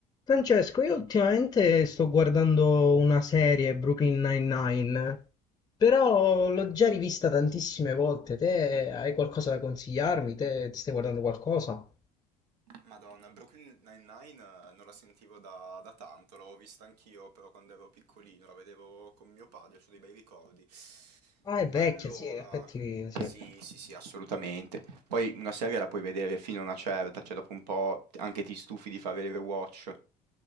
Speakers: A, on the left (about 20°); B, on the right (about 85°).
A: Francesco, io ultimamente sto guardando una serie, Brooklyn Nine-Nine, però l'ho già rivista tantissime volte. Te hai qualcosa da consigliarmi? Te ti stai guardando qualcosa?
B: Madonna, Brooklyn Nine-Nine eh, non la sentivo da, da tanto, l'avevo vista anch'io però quando ero piccolino, la vedevo con mio padre, ho dei bei ricordi.
A: Ah, è vecchia,
B: Allora,
A: sì, in effetti sì.
B: sì, sì, sì, assolutamente. Poi una serie la puoi vedere fino a una certa, cioè dopo un po' anche ti stufi di fare il rewatch.